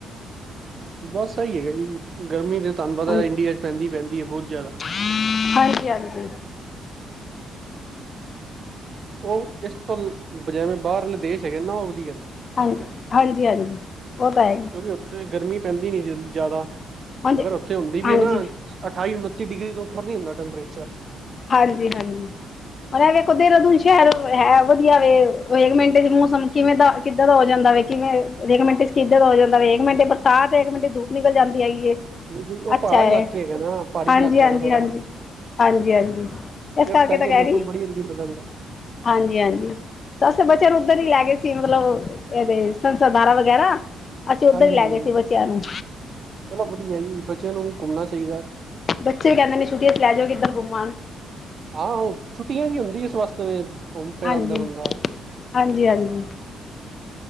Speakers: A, on the right; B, on the left.
A: ਬਾੱਸ ਐਈ ਹੈਗਾ ਜੀ, ਗਰਮੀ ਤੇ ਤਾਂਨ ਪਤੈ
B: ਹਾਂਜੀ
A: ਇੰਡੀਆ ਚ ਪੈਂਦੀ, ਪੈਂਦੀ ਏ ਬੋਤ ਜੈਦਾ।
B: <unintelligible> ਹਾਂਜੀ, ਹਾਂਜੀ।
A: ਓ ਏਸ ਤਲ, ਜੈਵੇਂ ਬਾਰਅਲੇ ਦੇਸ਼ ਹੈਗੇ ਨਾ ਓ ਵਦੀਆਨ।
B: ਹਾਨ ਹਾਂਜੀ, ਹਾਂਜੀ, ਓ ਤਾ ਹੈਈ।
A: ਓਵੀ ਓਥੇ ਗਰਮੀ ਪੈਂਦੀ ਨੀ ਜੀਲ ਜੈਦਾ,
B: ਹਾਂਜੀ
A: ਅਗਰ ਓਥੇ ਹੋਂਦੀ ਵੀ
B: ਹਾਂਜੀ
A: ਏ ਨਾ ਅਠਾਈ, ਉਨੱਤੀ ਡਿਗਰੀ ਤੋ ਉਪਰ ਨੀ ਹੁੰਦਾ ਟੈਂਪਰੇਚਰ
B: ਹਾਂਜੀ, ਹਾਂਜੀ। ਹੋਨ ਐ ਵੇਖੋ ਦੇਰਾਦੁਨ ਸ਼ੈਰ ਹੈ ਵਦੀਆ ਵੇ, ਹੇਕ ਮੇਂਟੇ ਚ ਮੋਸਮ ਕਿਵੇਂ ਦਾ ਕਿਦਾਂ ਦਾ ਹੋ ਜਾਂਦਾ ਵੇ ਕਿਵੇਂ, ਏਕ ਮੇਂਟ ਚ ਕਿਦਾਂ ਦਾ ਹੋ ਜਾਂਦਾ ਵੇ ਏਕ ਮੇਂਟ‌ ਬਰਸਾਤ ਮੇਂਟ ਧੁ ਨਿਕਲ ਜਾਂਦੀ ਹੈਗੀ ਏ।
A: ਉਹ
B: ਅੱਛਾ
A: ਪਹਾੜਾ ਇਲਾਕੇ
B: ਏ।
A: ਹੈਗਾ ਨਾ ਪਹਾੜੀ
B: ਹਾਂਜੀ‌
A: ਇਲਾਕਾ
B: ਹਾਂਜੀ
A: ਹੈ ਨਾ ਥੋੜਾ
B: ਹਾਂਜੀ, ਹਾਂਜੀ ਹਾਂਜੀ। ਏਸ ਕਾਰਕੇ
A: ਇਸ ਕਰਕੇ
B: ਤਾਂ ਕੈਰੀ।
A: ਮੌਸਮ ਬੜੀ ਜਲਦੀ ਬਦਲਦਾ
B: ਹਾਂਜੀ, ਹਾਂਜੀ। ਅਸੀ ਤਾ ਬੱਚੇਆਂ ਨੂੰ ਉੱਧਰ ਈ ਲੈਗੇ ਸੀ, ਮਤਲਬ ਏਦੇ ਸੰਸਧਾਰਾ ਵਗੈਰਾ ਅਸੀ ਓਧਰ
A: ਹਾਂਜੀ
B: ਈ ਲੈਗੇ
A: ਹਾਂਜੀ
B: ਸੀ ਬੱਚੇਆਂ ਨੂੰ
A: ਚਲੋ ਵੜੀ ਭੈਂਜੀ, ਬੱਚੇਆਂ ਨੂੰ ਵੀ ਘੁੰਮਨਾ ਚਾਈਦਾ।
B: ਬੱਚੇ ਕੈਂਦੇ ਨੇ ਛੁੱਟੀਆ ਚ ਲੈ ਚੱਲੋ ਕਿਦਰ ਘੁੰਮਾਨ
A: ਹਾਂ, ਛੁੱਟੀਆਂ ਵੀ ਹੁੰਦੀ ਏਸ ਵਾਸਤੇ ਵੇਚ, ਘੋਮ ਫੇਰ
B: ਹਾਂਜੀ
A: ਆਂਦਾ ਬੰਦਾ
B: ਹਾਂਜੀ, ਹਾਂਜੀ।